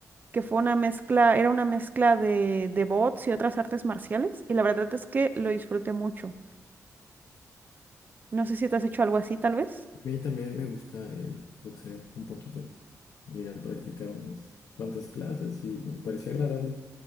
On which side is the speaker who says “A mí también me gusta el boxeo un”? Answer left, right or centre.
Left